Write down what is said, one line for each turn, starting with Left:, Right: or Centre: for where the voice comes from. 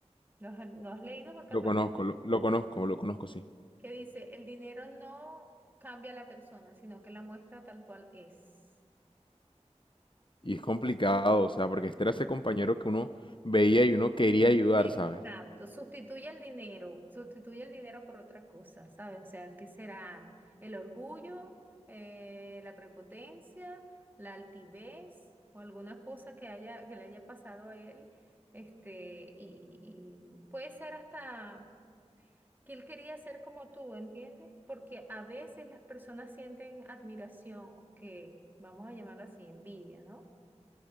Right: ¿Lo has, lo has leído por casualidad?
Left: Lo conozco, lo, lo conozco, lo conozco, sí.
Right: que dice, el dinero no cambia a la persona, sino que la muestra tal cual es.
Left: Y es complicado, o sea, porque este era ese compañero que uno veía y uno quería ayudar,
Right: Exacto,
Left: ¿sabes?
Right: sustituye el dinero, sustituye el dinero por otra cosa, ¿sabes? O sea, ¿qué será? ¿El orgullo, eh, la prepotencia, la altivez o alguna cosa que haya, que le haya pasado a él? Este, y, y puede ser hasta que él quería ser como tú, ¿entiendes? Porque a veces las personas sienten admiración, que vamos a llamarlo así, envidia, ¿no?